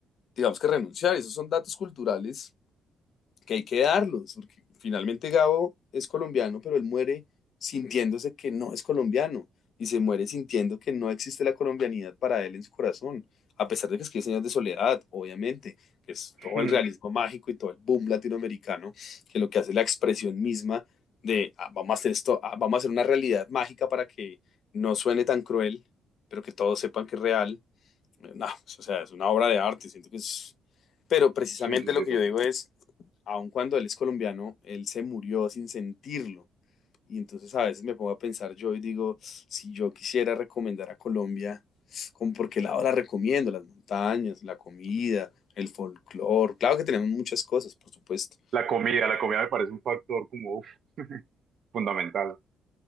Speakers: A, on the left; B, on the right.
A: digamos que renunciar. Esos son datos culturales que hay que darlos, porque finalmente Gabo es colombiano, pero él muere sintiéndose que no es colombiano y se muere sintiendo que no existe la colombianidad para él en su corazón, a pesar de que escribe Señas de Soledad, obviamente, que es todo
B: Mm,
A: el realismo mágico y todo el boom latinoamericano, que lo que hace es la expresión misma de ah, vamos a hacer esto, ah, vamos a hacer una realidad mágica para que no suene tan cruel, pero que todos sepan que es real. No, o sea, es una obra de arte, siento que es... Pero precisamente
B: Sí, sí,
A: lo
B: sí,
A: que
B: totalmente.
A: yo digo es, aun cuando él es colombiano, él se murió sin sentirlo. Y entonces a veces me pongo a pensar yo y digo, si yo quisiera recomendar a Colombia, ¿con por qué lado la recomiendo? Las montañas, la comida, el folclore. Claro que tenemos muchas cosas, por supuesto.
B: La comida, la comida me parece un factor como uf, fundamental.